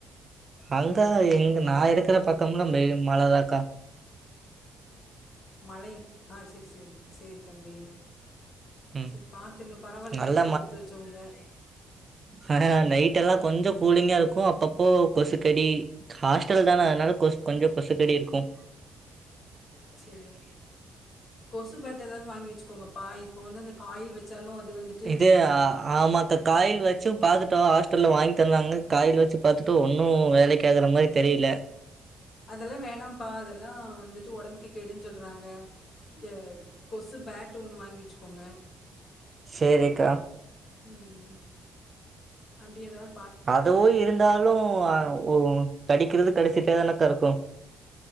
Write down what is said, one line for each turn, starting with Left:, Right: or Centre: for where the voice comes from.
Right: அங்கா இங்க நா இருக்குற பக்கம்லா டெய்லியு மழதாக்கா
Left: மழைங் ஆ சேரி சேரி சேரி தம்பி
Right: ம்
Left: சரி பாத்து இருங்க பரவாயில்ல
Right: நல்ல
Left: நீங்க எல்லா குடுத்து வச்சவுங்க
Right: ஹ ஹ நைட் எல்லா கொஞ்சோ கூலிங்கா இருக்கு அப்பப்போ கொசுக்கடி ஹாஸ்டல் தான அதனால கொஸ் கொஞ்சோ கொசுக்கடி இருக்கும்
Left: சேரி கொசு பேட்டு ஏதாவது வாங்கி வச்சுக்கோங்கப்பா இப்போ வந்து அந்த காயில் வச்சாலு அது வந்து
Right: இத அ ஆமாக்கா காயில் வச்சு பாத்துட்டோ ஹாஸ்டல்ல வாங்கித் தந்தாங்க காயில் வச்சு பார்த்துட்டு ஒன்னு வேலைக்கு ஆகுற மாதிரி தெரியல
Left: அதெல்லா வேணாம்ப்பா அதெல்லா வந்துட்டு ஒடம்புக்கு கேடுன்னு சொல்றாங்க இத கொசு பேட்டு ஒன்னு வாங்கி வச்சுக்கோங்க
Right: சேரிக்கா
Left: ம் அப்டி எதாவது
Right: அதுவு இருந்தாலு அ ஒ கடிக்கிறது கடிச்சிட்டே தானேக்கா இருக்கு